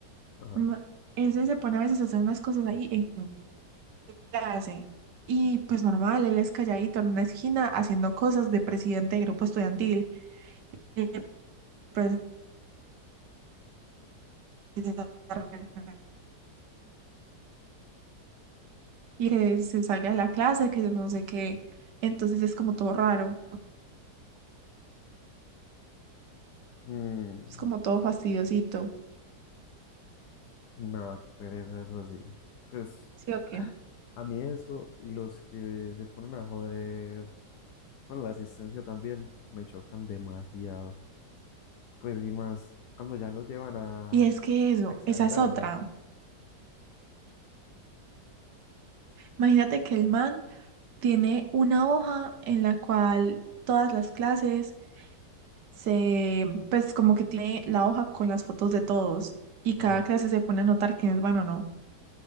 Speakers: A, on the left; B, on the right.
A: Ajá.
B: No, ese se pone a veces a hacer unas cosas ahí en clase. Y pues normal, él es calladito en una esquina haciendo cosas de presidente de grupo estudiantil. Y el profesor empieza a regañar, y que se salga de la clase, que yo no sé qué. Entonces es como todo raro,
A: Mm,
B: es como todo fastidiosito.
A: no, qué pereza eso así. Pues
B: ¿Sí o qué?
A: a mí eso y los que se ponen a joder con la asistencia también me chocan demasiado. Pues y más cuando ya lo llevan a,
B: Y es
A: a
B: que eso,
A: exagerar,
B: esa es otra.
A: ¿no?
B: Imagínate que el man tiene una hoja en la cual todas las clases se, pues como que tiene la hoja con las fotos de todos y
A: Ajá.
B: cada clase se pone a anotar quiénes van o no.